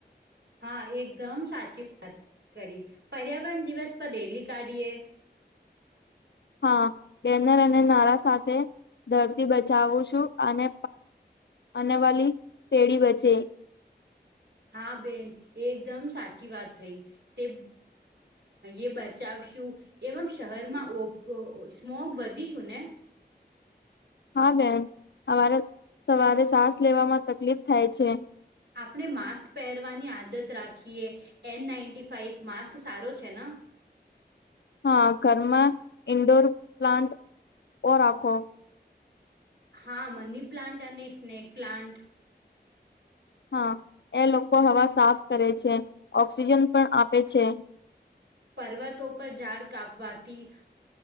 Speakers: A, on the right; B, on the left.
A: હા એકદમ સાચી વાત કરી પર્યાવરણ દિવસ પર રેલી કાઢીએ.
B: હા બેનર અને નારા સાથે ધરતી બચાવું છું અને આને વાલી પેઢી બચે.
A: હા બેન એકદમ સાચી વાત થઈ. તે એ બચાવશું. એવ મ શહેરમાં ઓ સ્મોગ વધીશું ને
B: હા બેન અમારે સવારે સાસ લેવામાં તકલીફ થાય છે.
A: આપણે માસ્ક પહેરવાની આદત રાખીએ એન નાઈન્ટી ફાઈવ માસ્ક સારો છે ને
B: હા ઘરમા ઇન્ડોર પ્લાન્ટ ઓ રાખો
A: હા મની પ્લાન્ટ અને સ્નેક પ્લાન્ટ
B: હા એ લોકો હવા સાફ કરે છે ઓક્સિજન પણ આપે છે.
A: પર્વતો પર ઝાડ કાપવાથી